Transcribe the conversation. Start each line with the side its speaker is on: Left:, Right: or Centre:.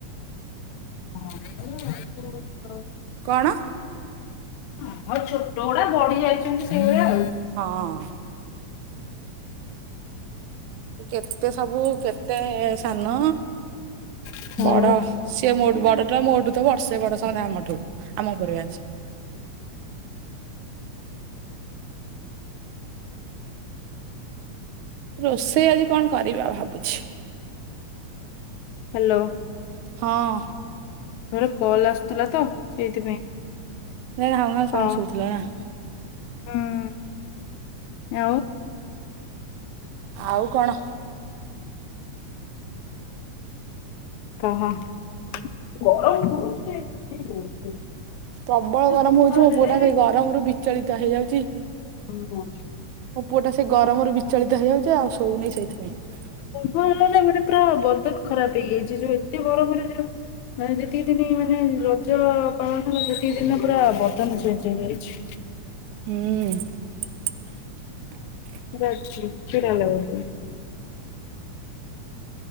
Left: <unintelligible>
Right: କ, 'ଣ?
Left: ଆଉ ଛୋଟ ଗୁଡା ବଢି ଯାଇଛନ୍ତି ସେଇଭଳିଆ ଆଉ।
Right: ହଁ କେତେ ସବୁ କେତେ ସାନ
Left: ଆଉ।
Right: ବଡ ସିଏ ମୋଠୁ ବଡ। ମୋଠୁ ତ ବର୍ଷେ ବଡ ସେମାନେ ଆମଠୁ ଆମ ଉପର ବ୍ୟାଚ ରୋଷେଇ ଆଜି କଣ କରିବା ଭାବୁଛି
Left: ହ୍ୟାଲୋ
Right: ହଁ
Left: ମୋର କଲ ଆସୁଥିଲା ତ, ସେଇଥିପାଇଁ
Right: ଘାଉଁ ଘାଉଁ ସାଉଣ୍ଡ
Left: ହଁ
Right: ଶୁଭୁଥିଲାନାଁ
Left: ହୁଁ ଆଉ
Right: ଆଉ କ'ଣ?
Left: କହ <unintelligible>
Right: ପ୍ରବଳ
Left: ସେ
Right: ଗରମ
Left: ସକାଳ
Right: ହଉଛି ମୋ
Left: ହେଲେ
Right: ପୁଅ ଟା
Left: ବି
Right: ସେଇ ଗରମରୁ ବିଚଳିତ ହେଇଯାଉଛି।
Left: ହଁ
Right: ମୋ ପୁଅ ଟା ସେ ଗରମରୁ ବିଚଳିତ। ହେଇଯାଉଛି ଆଉ ଶୋଉନି ସେଇଥିପାଇଁ।
Left: ମୁହଁରେ ମାନେ ପୁରା ବଦନ ଖରାପ ହେଇଯାଇଛି ଯୋଉ ଏତେ ଗରମ ଯଉ ମାନେ ଯେତିକି ଦିନ ମାନେ ରଜ ପାଳନ ହେଲା ସେତିକି। ଦିନ ପୁରା ବଦନ ଚେଞ୍ଜ ହୋଇଯାଇଛି।
Right: ହୁଁ <unintelligible>
Left: ପୁରା ଚିଡ ଚିଡା ଲାଗୁଛି।